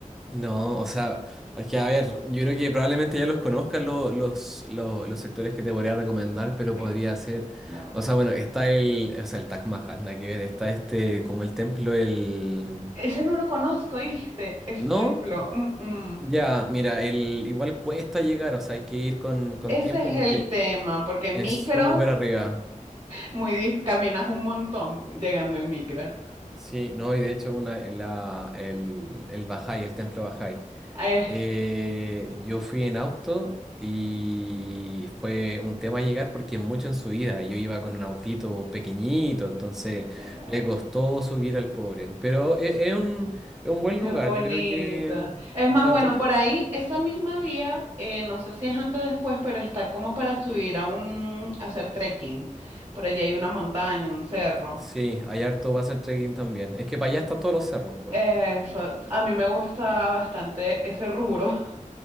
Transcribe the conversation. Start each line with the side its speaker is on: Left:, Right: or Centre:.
Centre: no, o sea, es que a ver, yo creo que probablemente ya los conozcas lo- los, lo- los sectores que te podría recomendar,
Right: <laughs>
Centre: pero
Right: Ay,
Centre: podría
Right: qué
Centre: ser,
Right: nombrar.
Centre: o sea, bueno, está el, o sea, el Taj Mahal, nada que ver, está este, como el templo, el...
Right: Ese no lo conozco, ¿viste? Ese
Centre: ¿No?
Right: templo. mm, mm.
Centre: Ya, mira, el, igual cuesta llegar, o sea, hay que ir con, con
Right: Ese
Centre: tiempo
Right: es
Centre: porque
Right: el tema, porque en
Centre: es
Right: micro,
Centre: súper arriba.
Right: muy dif- caminas un montón llegando en micro.
Centre: Sí, no, y de hecho una, la, el, el Bajay, el templo Bajay.
Right: Ahí
Centre: Eh, yo fui en auto y fue un tema llegar porque es mucho en subida. y Yo iba con un autito pequeñito, entonces
Right: está.
Centre: le costó subir al pobre. Pero e- es, un, es un buen
Right: Es
Centre: lugar,
Right: bonita.
Centre: yo creo que...
Right: Es más,
Centre: o
Right: bueno,
Centre: todo-
Right: por ahí, esa misma vía, eh, no sé si es antes o después, pero está como para subir a un, a hacer trekking. Por allí hay una montaña, un cerro.
Centre: sí, hay harto para hacer trekking también. Es que para allá están todos los cerros, pues.
Right: Eso, a mí me gusta bastante ese rubro. <laughs>